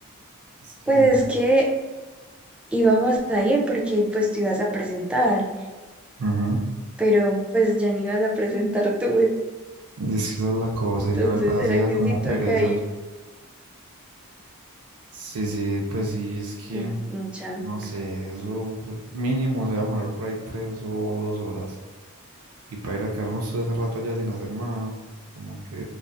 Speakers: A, on the right; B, in the centre.
A: Es que...
B: Pues
A: mm,
B: es que íbamos a ir porque pues tú ibas a presentar,
A: ujú.
B: pero pues ya ni ibas a presentar tú, <laughs>
A: Y es que esa es la cosa,
B: entonces
A: y la verdad
B: ¿será
A: sí da
B: que
A: como
B: sí toca
A: pereza.
B: ir?
A: Sí, sí, pues sí, es que,
B: Uf, mucha.
A: no sé, eso mínimo se va a demorar por ahí tres o dos horas. Y para ir a quedarnos todo ese rato allá sin hacer nada, como que,